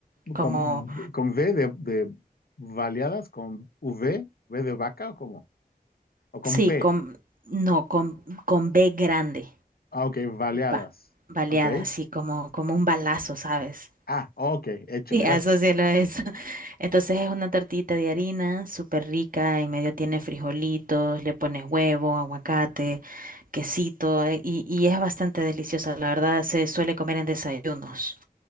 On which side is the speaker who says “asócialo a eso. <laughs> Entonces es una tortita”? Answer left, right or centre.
Right